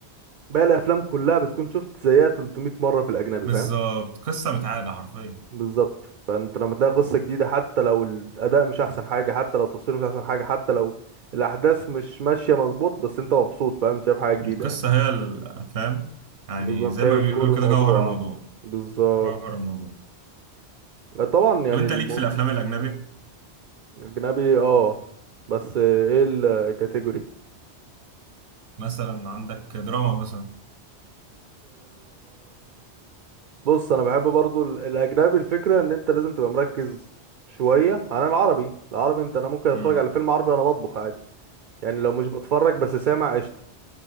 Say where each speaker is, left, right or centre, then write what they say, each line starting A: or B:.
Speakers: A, on the right (about 55°); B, on the right (about 75°).
A: باقي الافلام كلها بتكون شفت زيها 300 مره في الاجنبي
B: بالظبط
A: فاهم
B: قصه متعاده حرفيا
A: بالظبط فانت لما تلاقي قصه جديده حتى لو الاداء مش احسن حاجه حتى لو التصوير مش احسن حاجه حتى لو الاحداث مش ماشيه مظبوط بس انت مبسوط فاهم انت شايف حاجه جديده
B: القصه
A: يعني
B: هي ال- فاهم يعني
A: بالظبط
B: زي
A: هي
B: ما
A: كور
B: بيقولوا
A: الموضوع
B: كده جوهر الموضوع
A: آه. بالظبط
B: جوهر الموضوع
A: لا، طبعا يعني
B: طب انت
A: الم-
B: ليك في الافلام الاجنبي
A: الاجنبي اه بس ايه الكاتيجوري
B: مثلا عندك دراما مثلا
A: بص انا بحب برضو ال- الاجنبي الفكره ان انت لازم تبقى مركز شويه عن العربي العربي انت انا ممكن اتفرج
B: امم
A: على فيلم عربي وانا بطبخ عادي يعني لو مش بتفرج بس سامع قشطه